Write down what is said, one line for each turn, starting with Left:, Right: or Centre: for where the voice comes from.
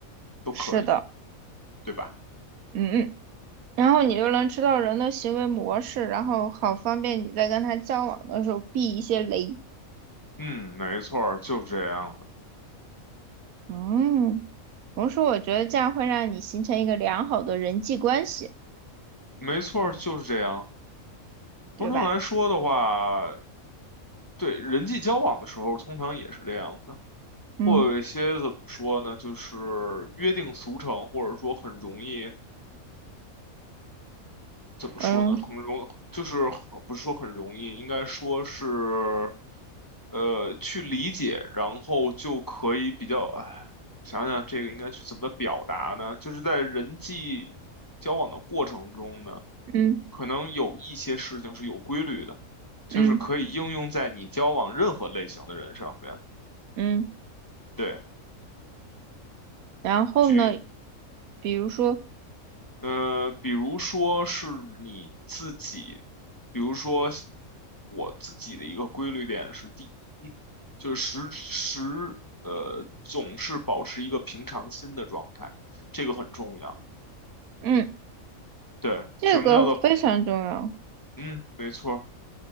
Left: 都可以，
Right: 是的。
Left: 对吧？
Right: 嗯嗯，然后你就能知道人的行为模式，然后好方便你在跟他交往的时候避一些雷。
Left: 嗯，没错儿，就是这样的，
Right: 嗯，同时我觉得这样会让你形成一个良好的人际关系，
Left: 没错儿，就是这样。
Right: 对吧？
Left: 通常来说的话，对人际交往的时候，通常也是这样的，
Right: 嗯
Left: 会有一些怎么说呢，就是约定俗成，或者说很容易，怎么说呢，
Right: 嗯
Left: 很容，就是很不是说很容易，应该说是，呃，去理解，然后就可以比较，哎，想想这个应该去怎么表达呢？就是在人际交往的过程中呢。
Right: 嗯
Left: 可能有一些事情是有规律的，就是可以应用在你交往任何类型的人上面。
Right: 嗯嗯，
Left: 对，
Right: 然后呢，
Left: 举，
Right: 比如说，
Left: 呃，比如说是你自己，比如说我自己的一个规律点是，第一，就是时时，呃，总是保持一个平常心的状态，这个很重要。
Right: 嗯，
Left: 对，
Right: 这个非常重要，
Left: 什么叫做，嗯，没错儿